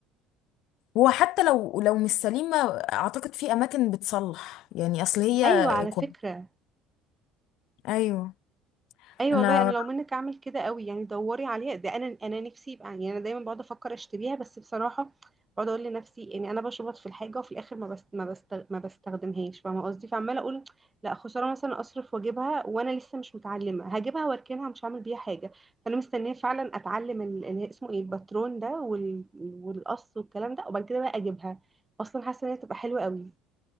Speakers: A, on the left (about 70°); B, on the right (about 20°).
A: هو حتى لو لو مش سليمة اعتقد في اماكن بتصلح يعني اصل هي
B: ايوه على فكره
A: كويس ايوه
B: ايوه
A: انا
B: والله انا لو منك اعمل كده قوي يعني دوري عليها ده انا انا نفسي يبقى يعني انا دايما بقعد افكر اشتريها بس بصراحه بقعد اقول لنفسي يعني انا بشبط في الحاجه وفي الاخر ما بست ما بست ما بستخدمهاش فاهمه قصدي فعماله اقول لا خساره مثلا اصرف واجيبها وانا لسه مش متعلمه هجيبها واركنها مش هعمل بيها حاجه فانا مستنيه فعلا اتعلم ال- اللي اسمه ايه الباترون ده وال... والقص والكلام ده وبعد كده بقى اجيبها اصلا حاسه ان هي تبقى حلوه قوي